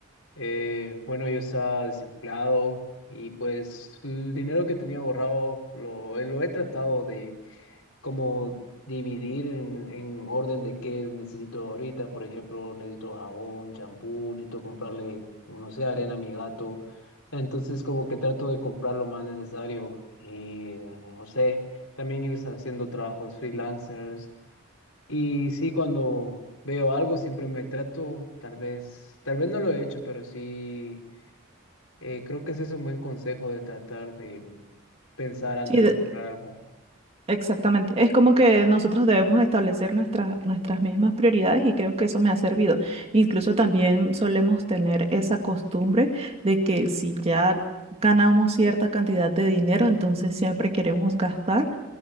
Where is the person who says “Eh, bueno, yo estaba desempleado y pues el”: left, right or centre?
Left